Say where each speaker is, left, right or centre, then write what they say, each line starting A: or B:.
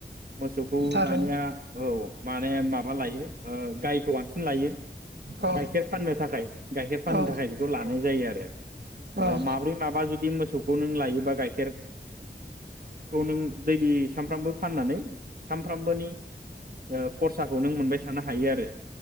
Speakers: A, on the right; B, on the right.
A: मोसौखौ
B: थारैनो
A: दानिया औ। माने माबा लायो ओ गायखौ बांसिन लायो
B: औ
A: गाइखेर फाननो थाखाय गाइखेर फाननो
B: औ
A: थाखाय बेखौ लानाय जायो आरो। <unintelligible> ओ
B: औ
A: माब्रै माबा जुदि मो सौखौ नों लायोबा गाइखेर खौ नों दैलि सानफ्रामबो फाननानै सानफ्रामबोनि ओ खरसाखौ नों मोनबाय थानो हायो आरो